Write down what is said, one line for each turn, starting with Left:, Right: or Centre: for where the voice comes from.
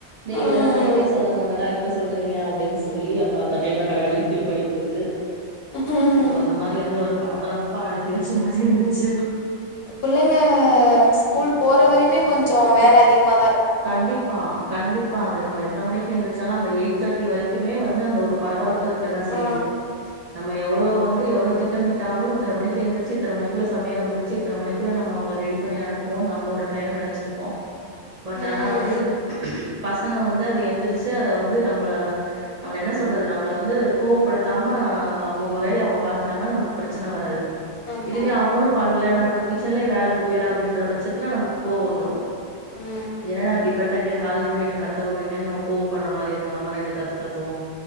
Right: டேய்
Left: ம்
Right: இதெல்லாம் நைட்டே சொல்லணுலடா இப்ப சொல்றீங்க அப்டின்னு சொல்லி அப்புறம் அந்த டைம்ல கடகடனு ஃபில் பண்ணி குடுத்து
Left: ம்
Right: அந்த மாரி வந்து ஒரு பரபரப்பா அனுப்பி வச்ச மாரியே இருந்துச்சு
Left: புள்ளைங்க ஸ்கூல் போற வரைையுமே கொஞ்சோ வேல அதிகமா
Right: கண்டிப்பா கண்டிப் பா அது நம்ம எத்தன மணிக்கு எந்துருச்சாலும் அந்த எயிட் தேர்டி வரைக்குமே வந்து அந்த ஒரு பரபரப்பு இருக் க்கதா செய்யும்
Left: ஆ
Right: நம்ம எவ்ளோ வந்து எவ்ளோ திட்டமிட்டாலும் இத்தன மணிக்கு எந்திருச்சு இத்த மணிக்குள்ள சமயல முடுச்சு இத்தன மணிக்குள்ள நம்ம அவுங்கள ரெடி பண்ணி அனுப்புவோம்னு நம்ம ஒரு டைம் நெனச்சிருப்போம் பட்
Left: ம்
Right: ஆனா வந்து பசங்க வந்து அது எந்திரிச்சு அத வந்து நம்மள நம்மள என்ன சொல்றது நம்மள வந்து கோவப்படுத்தாம அவங்கவுங்க வேலைய அவங்க பாத்துட்டாங்கன்னா நமக்கு பிரச்சனை வராது
Left: ஆமா
Right: இதுவே அவங்களும் பண்ல நமக்கு கிச்சன்லயே வேலை முடியல அப்டின்ற பட்சத்துல நமக்கு கோவம் வந்துடும்
Left: உம்
Right: என்னடா இப்டி பண்றிங்க காலேல இப்டி என்ன கத்த வுற்றிங்கன்னு நம்ம கோவப்படுற மாரி இருக் கு நம்ம ரெண்டு கத்து கத்துவோம்